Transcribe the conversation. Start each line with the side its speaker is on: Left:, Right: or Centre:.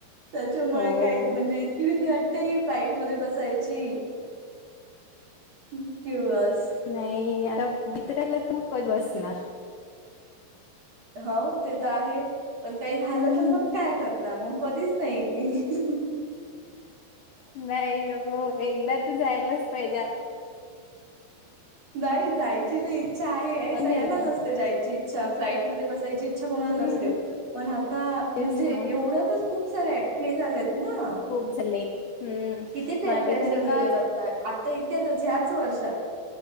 Right: त्याच्यामुळे
Left: हो
Right: काही म्हणजे इतकी भीती वाटतेय की फ्लाईटमध्ये बसाय ची हम्म पीवास
Left: नाही आता भितरयाला तर मग कध बसणार.
Right: हाव ते तर आहे. पण काही झालं
Left: हम्म
Right: तर मंग काय करता मंग कधीच नाही की
Left: नाही हो एकदा तर जायलाच पाहिजे
Right: नाही जायची तर इच्छा आहे
Left: आपण
Right: हे सगळ्यांनाच
Left: घ्यायला
Right: असते जायची इच्छा फ्लाइटमध्ये बसायची अच्छा कोणाला
Left: हम्म
Right: नसते पण आता म्हणजे
Left: तेच ना
Right: एवढ्यातच खूप सारे हे झालेत ना
Left: खूप झाली हम्म
Right: किती ट्रेन
Left: मागे
Right: क्रॅश
Left: तरी
Right: झालेले
Left: एका
Right: आहेत आता आता इतक्याचच ह्याच वर्षात.